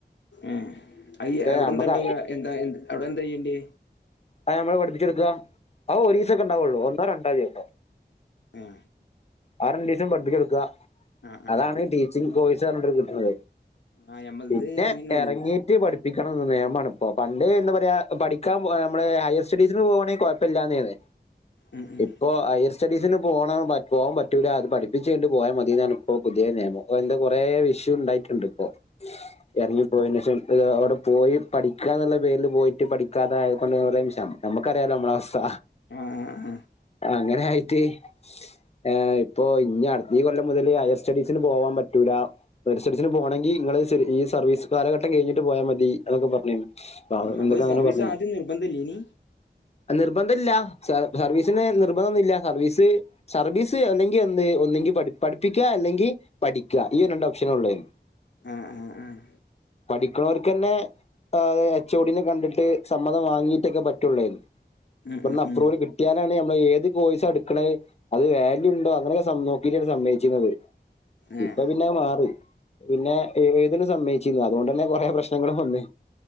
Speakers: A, on the left; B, on the left.
A: ഏഹ് അയ് അവ്ടെന്താ
B: നമ്മക്ക്
A: ഇണ്ടാവാ എന്താ എന്ത് അവടെന്തായ്യെന്റെ
B: അഹ് അമ്മള് പഠിപ്പിച്ചെട്ക്കാ അഹ് ഒരീസക്കണ്ടാവോള്ളൂ ഒന്നോ രണ്ടോ ദിവസം
A: ഉം
B: ആ രണ്ടീസം പഠിപ്പിച്ചൊട്ക്ക
A: ആ ആ
B: അതാണ്
A: ആ
B: ടീച്ചിംഗ് കോഴ്സർഞ്ഞോണ്ട് കിട്ട്ണത്
A: ആ ഞമ്മളത്
B: പിന്നെ
A: അങ്ങനെ ഉള്ളൂ
B: എറങ്ങീട്ട് പഠി പ്പിക്കണന്നെന്ന് നെയമാണ്പ്പൊ പണ്ടേ എന്ത പറയാ പഠിക്കാൻ പോ ഏഹ് മ്മളെ ഹയർ സ്റ്റഡീസ് പോവാണെ കൊഴപ്പല്ലാന്നേനെ
A: ഉം ഉം
B: ഇപ്പോ ഹയർ സ്റ്റഡീസിന് പോണം പ പോവാ പറ്റൂല്ല അത് പഠിപ്പിച്ചയ്ഞ്ഞിട്ട് പോയാ മതിന്നാണ് ഇപ്പോ പുതിയെ നെയമം ഇപ്പോ എന്റെ കൊറെ വിഷ്യു ഉണ്ടായിട്ടുണ്ട് ഇപ്പൊ എറങ്ങിപ്പോയെനേഷം ഇപ്പതാ അവടെ പോയി പഠിക്കാന്ന്ള്ള പേരില് പോയിട്ട് പഠിക്കാതായ കൊണ്ട് കൊറേ വിഷയം നമ്മക്കറിയാലോ നമ്മള അവസ്ഥ
A: ആഹ്
B: അങ്ങനെ ആയിട്ട് ഏഹ് ഇപ്പൊ ഇഞ്ഞ് അട് ഈ കൊല്ലം മുതല് ഹയർ സ്റ്റഡീസിന് പോവാം പറ്റൂല ഹയർ സ്റ്റഡീസിന് പോണെങ്കി ഇങ്ങള് ശരി ഈ സർവീസ് കാലഘട്ടം കഴിഞ്ഞിട്ട് പോയാ മതി എന്നൊക്കെ പറഞ്ഞിരുന്നു
A: ഉം അപ്പൊ
B: എന്നൊക്കെ
A: ഈ
B: അങ്ങനെ
A: സർവീസ്
B: പറഞ്ഞിരുന്നു
A: ആദ്യം നിർബന്ധ ഇല്ലേനി
B: നിർബന്ധല്ല സ സർവീസിന് നിർബന്ധന്നുല്ല സർവീസ് സർവീസ് അല്ലെങ്കി എന്ത് ഒന്നെങ്കി പഠി പഠിപ്പിക്കാ അല്ലെങ്കി പഠിക്കാ ഈ രണ്ട് ഓപ്ഷനൊ ഇള്ളയിന്
A: ആഹ് ആഹ് ആഹ്
B: പഠിക്ക്ണോല്ക്കന്നെ ആഹ് എച്ച് ഒഡിനെ കണ്ടിട്ട് സമ്മതം വാങ്ങിയിട്ടൊക്കെ പറ്റോള്ളേനി
A: ഉം
B: ഇവട്ന്ന്
A: ഉം
B: അപ്രൂവല്
A: ഉം
B: കിട്ടിയാലാണ് നമ്മള് ഏത് കോഴ്സാ എട്ക്ക്ണെ അത് വാല്യു ഉണ്ടോ അങ്ങൊക്കെ സ നോക്കിട്ടാണ് സമ്മേയിച്ചിരുന്നത്
A: ഏഹ്
B: ഇപ്പ പിന്നെ മാറി പിന്നെ ഏഴ്തിനെ സമ്മേയിച്ചിര്ന്നു അതോണ്ടന്നെ കൊറെ പ്രശ്നങ്ങളും വന്ന്